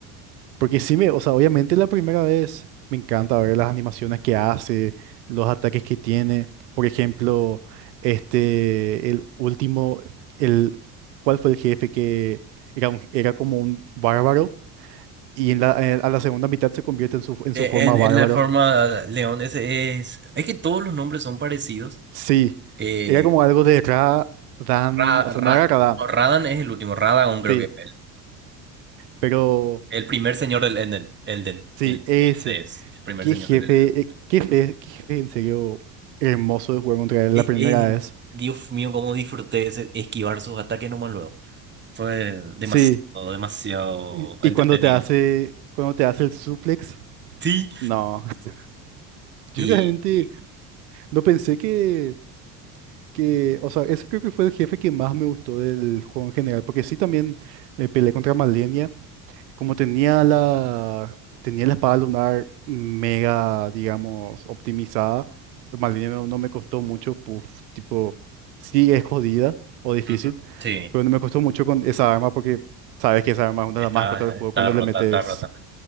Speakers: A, on the right; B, on the right.
A: porque sí me, o sea, obviamente la primera vez me encanta ver las animaciones que hace, los ataques que tiene. Por ejemplo, este, el último, el, ¿cuál fue el jefe que era, un- era como un bárbaro? Y en la- eh, a la segunda mitad se convierte en su, en
B: Eh,
A: su forma
B: En,
A: bárbaro.
B: en la forma leones es, es es que todos los nombres son parecidos.
A: Sí,
B: Eh,
A: era como algo de Ra, Dan,
B: Ra-
A: o sea,
B: Ra-
A: no era Radam,
B: no, Radan es el último, Radagon creo
A: sí,
B: que es el,
A: pero
B: el primer señor del Elden, Elden,
A: sí,
B: el,
A: ese.
B: el C es el primer
A: Qué
B: señor
A: jefe,
B: del Elden.
A: eh, qué fe- qué jefe en serio hermoso de jugar contra él
B: Eh,
A: la primera
B: eh,
A: vez.
B: Dios mío, cómo disfruté ese esquivar sus ataques nomás luego. Fue demasiado,
A: Sí,
B: demasiado
A: y y
B: entretenido.
A: cuando te hace, cuando te hace el suplex,
B: Sí.
A: no. <laughs> Yo
B: Y,
A: realmente
B: y-
A: no pensé que, que, o sea, ese creo que fue el jefe que más me gustó del juego en general, porque sí también eh, peleé contra Malenia Como tenía la, tenía la espada lunar mega, digamos, optimizada, Malenia no, no me costó mucho, puf, tipo, sí es jodida o difícil,
B: ujú, sí,
A: pero no me costó mucho con esa arma porque sabes que esa arma es una
B: está,
A: de las más cortas del juego
B: está
A: cuando
B: rota,
A: le metes,
B: está rota.